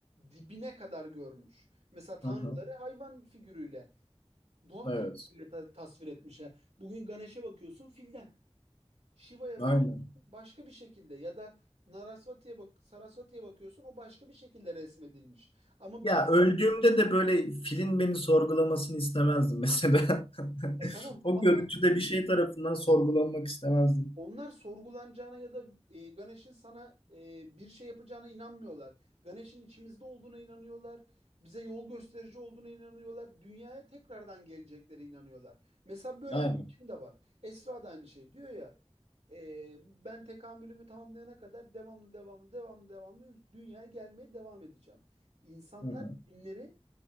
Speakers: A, on the right; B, on the left.
A: dibine kadar görmüş. Mesela tanrıları
B: hı hı.
A: hayvan figürüyle, doğa
B: Evet.
A: figürüyle ta- tasvir etmişler. Bugün Ganesh'e bakıyorsun filden. Shiva'ya
B: Aynen.
A: bakıyorsun başka bir şekilde ya da Narasvati'ye bak Sarasvati'ye bakıyorsun o başka bir şekilde resmedilmiş. Ama
B: Ya
A: bir,
B: öldüğümde de böyle filin beni sorgulamasını istemezdim mesela. <laughs>
A: ya tamam
B: O
A: ama
B: görüntüde bir şey tarafından sorgulanmak istemezdim.
A: Onlar sorgulanacağına ya da e, Ganesh'in sana e, bir şey yapacağına inanmıyorlar. Ganesh'in içimizde olduğuna inanıyorlar. Bize yol gösterici olduğuna inanıyorlar. Dünyaya tekrardan geleceklere inanıyorlar. Mesela böyle
B: Aynen.
A: bir biçim de var. Esra da aynı şey diyor ya. e, ben tekamülümü tamamlayana kadar devamlı devamlı devamlı devamlı ül- dünyaya gelmeye devam edeceğim. İnsanlar
B: Hı hı.
A: dinleri